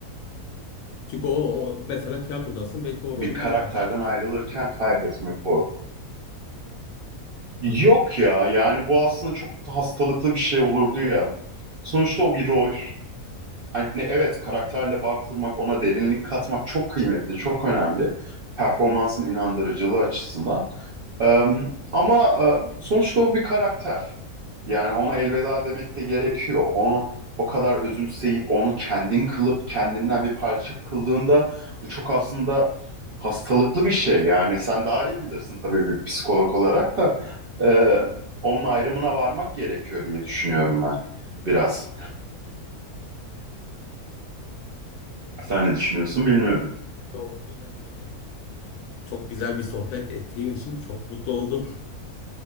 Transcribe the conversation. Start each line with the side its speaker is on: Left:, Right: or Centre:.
Left: Çünkü o, o mesela tiyatrodasın belki o
Right: bir
Left: rolü
Right: karakterden
Left: bir daha
Right: ayrılırken kaybetme korkusu. Yok ya yani bu aslında çok da hastalıklı bir şey olurdu ya. Sonuçta o bir rol. Hani evet karakterle bağ kurmak, ona derinlik katmak çok kıymetli, çok önemli. Performansın inandırıcılığı açısından. Ee, ama e, sonuçta o bir karakter. Yani ona elveda demek de gerekiyor. Onu o kadar özümseyip onu kendin kılıp kendinden bir parça kıldığında bu çok aslında hastalıklı bir şey. Yani sen daha iyi bilirsin tabii bir psikolog olarak da Ee, onun ayrımına varmak gerekiyor diye düşünüyorum ben biraz.
Left: böyle bir
Right: Sen
Left: tiyatro-
Right: ne düşünüyorsun bilmiyorum.
Left: bir oyuncuyla böyle çok güzel bir sohbet ettiğim için çok mutlu oldum. <laughs>